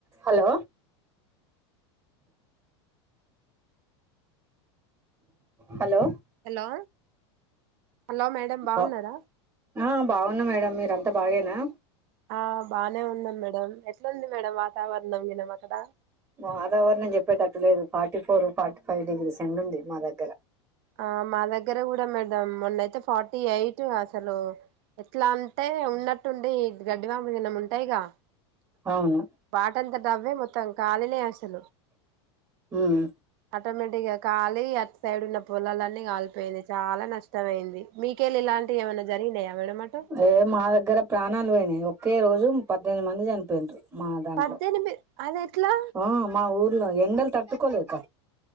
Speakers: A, on the right; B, on the right.
A: hello hello
B: hello hello madam బాగున్నరా
A: ఆ ఆ బాగున్నా మేడం మీరంతా బాగేనా
B: ఆ బానే ఉన్నాం మేడం ఎట్లుంది మేడం వాతావరణం వినం అక్కడ
A: వాతావరణం చెప్పేటట్టు లేదు forty four forty five degrees ఎండూంది మా దగ్గర
B: ఆ మా దగ్గర కూడా మేడమ్ మొన్నయితే ఫార్ టీ ఎయిట్ అసలు ఎట్లా అంటే ఉన్నట్టుండి గడ్డివాములనం ఉంటాయిగా
A: అవును
B: వాటంతటవ్వే మొత్ మొత్తం కాలి లే అసలు
A: ఉమ్
B: ఆటోమేటిక్ గ కాలి అటు సైడ్ ఉన్న పొలాలన్నీ కాలిపోయినాయి చాలా నష్టమైంది మీకేల్లిలాంటి ఏమనా జరిగినాయా మేడం అట
A: ఏ మా దగ్గర ప్రాణాలు పోయినాయి ఒకే రోజు పద్దెనిమిది మంది చని చనిపోయిన్రు మా దాంట్లో
B: పద్దెనిమిది అది ఎట్లా
A: ఆ మా ఊర్లో ఎండలు తట్టుకోలేక